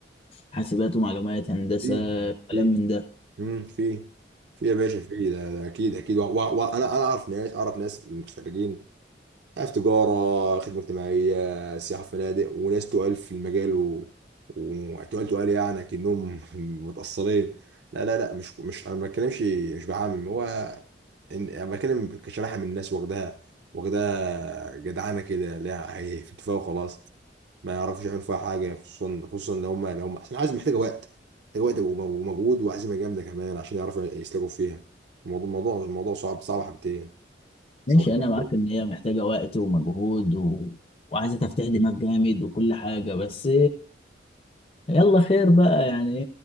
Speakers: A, on the left (about 30°); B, on the right (about 65°).
A: حاسبات ومعلومات هندسة
B: في
A: كلام
B: في
A: من ده
B: مم. في في يا باشا في ده, ده اكيد اكيد وانا انا أنا اعرف ناس اعرف ناس مغتربين آه، في تجارة خدمة اجتماعية سياحة فنادق وناس تقال في المجال و... وتقال تقال يعني كأنهم <laughs> متأصلين لا لا لا مش مش أنا ما بتكلمش مش بعمم هو إن... أنا بتكلم كشريحة من الناس واخدها واخدها جدعانة كده لا هي في اتفاق وخلاص ما يعرفوش يعملوا فيها حاجة خصوصا خصوصا لو هم لو هم عشان عايز محتاجة وقت محتاجة وقت ومجهود وعزيمة جامدة كمان عشان يعرفوا يسلكوا فيها الموضوع الموضوع الموضوع صعب صعب حبتين صعب
A: ماشي انا
B: حبتين
A: معاك ان هي محتاجة وقت ومجهود و... وعايزة تفتح دماغ جامد وكل حاجة بس يلا خير بقى يعني